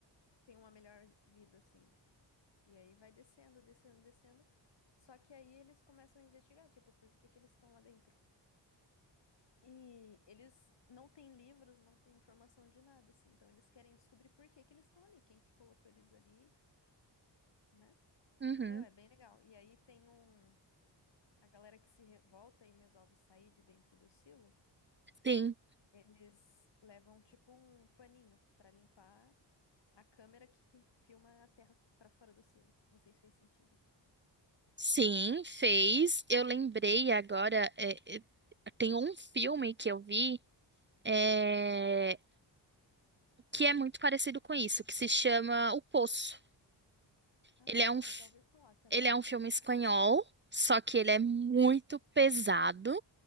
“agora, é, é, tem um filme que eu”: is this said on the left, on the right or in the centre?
Right